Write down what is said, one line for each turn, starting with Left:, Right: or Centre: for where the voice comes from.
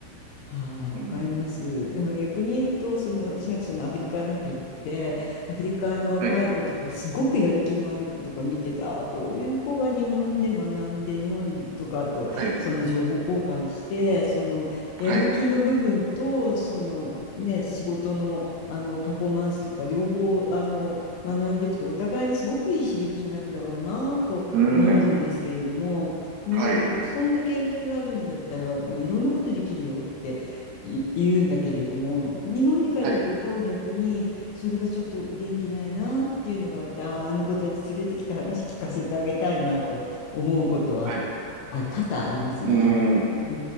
Left: はい、わかります。
Right: うん。
Left: でも逆に言うと、その私なんかそのアフリカなんか行ってて、アフリカの若い子とか、
Right: はい。
Left: すごくやる気のある子とか見てて、ああ、こういう子が日本で学んで、日本とかとその情報交換して、
Right: はい。
Left: そのやる気の部分と、
Right: はい。
Left: そのね、仕事の、あのパフォーマンスとか、両方あの学んでいくと、お互いにすごくいい刺激になるだろうなと思うんですけれども、
Right: うん。
Left: ね、
Right: はい。
Left: そんだけやる気があるんだったら、もういろんなことできるよって。い言うんだけれども、日本に帰ってくると逆にそれがちょっと元気ないなっていうのがあって、
Right: はい。
Left: ああ、あの子たち連れてきて話聞かせてあげたいなと思うことは、
Right: はい。
Left: あ、多々ありますね。
Right: うん。
Left: う